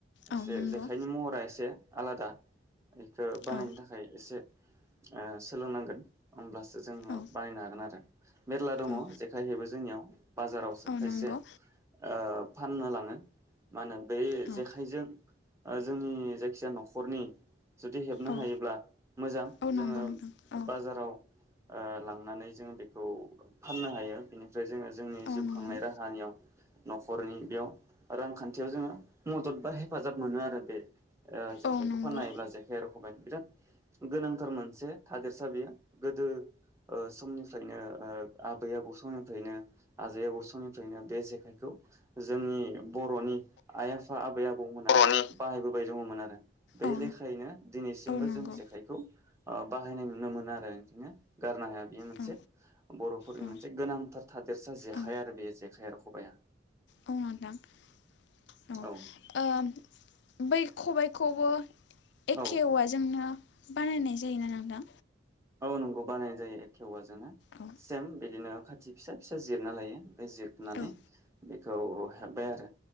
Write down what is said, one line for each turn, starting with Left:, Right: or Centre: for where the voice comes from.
Right: एसे
Left: औ नंगौ
Right: जेखायनि महरा एसे आलादा बेखौ बानायनो
Left: औ
Right: थाखाय एसे ओ सोलोंनांगोन होमब्लासो जोङो
Left: औ
Right: बानायनो हागोन आरो मेरला दङ
Left: औ
Right: जेखाइहेबो जोंनियाव बाजारावसो
Left: औ
Right: खायसे
Left: नंगौ
Right: ओ फाननो लाङो मा होनो बे
Left: औ
Right: जेखाइजों ओ जोंनि जायखि जाया न'खरनि जुदि हेबनो
Left: औ
Right: हायोब्ला मोजां
Left: औ
Right: जोङो
Left: नंगौ नोंथां औ
Right: बाजाराव ओ लांनानै जों बेखौ फाननो हायो बेनो। ओमफ्राय जोङो जोंनि
Left: औ
Right: जिउ
Left: नंगौ
Right: खांनाय राहानियाव न'खरनि बेयाव रांखान्थियाव जोङो मदद बा हेफाजाब मोनो आरो बे। ओ जेखायखौ
Left: औ नंगौ
Right: फाननो हायोब्ला जेखाइ र खबाय बिराद गोनांथार मोनसे थादेरसा बेयो गोदो ओ समनिफ्रायनो ओ आबै आबौ समनिफ्रायनो आजै आबौ समनिफ्रायनो बे जेखाइखौ जोंनि बर'नि आइ आफा आबै आ बौ मोना
Left: बर'नि
Right: बाहायबोबाय दङमोन आरो बे
Left: औ
Right: लेखायैनो दिनैसिमबो
Left: औ नंगौ
Right: जों जेखाइखौ ओ बाहायनाय नुनो मोनो आरो बेखायनो गारनो हाया। बेयो मोनसे।
Left: औ
Right: बर'फोरनि
Left: औ
Right: मोनसे गोनांथार थादेरसा जेखाइ
Left: औ
Right: आरो बे जेखाइ खबाया।
Left: <unintelligible>
Right: औ
Left: बै खबायखौबो। एखे
Right: औ
Left: औवा जोंनो बानायनाय जायोना नोंथां।
Right: नोंगौ बानायनाय जायोे एखे औवाजों
Left: औ
Right: <unintelligible> सेम बिदिनो। खाथि फिसा फिसा जिरना लायो ओमफ्राय जिरनानै
Left: औ
Right: बेखौ हेब्बाय आरो।